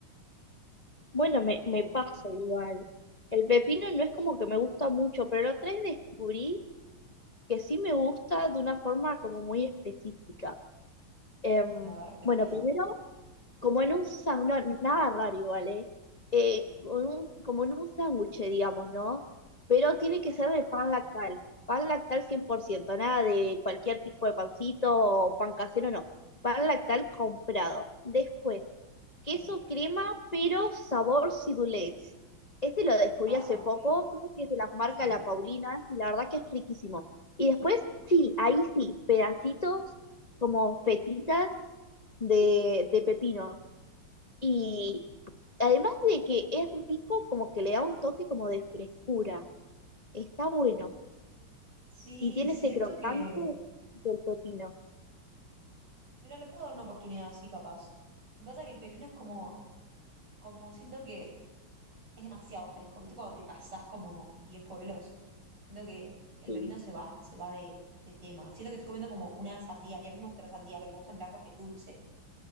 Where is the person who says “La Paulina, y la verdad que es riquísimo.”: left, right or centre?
Left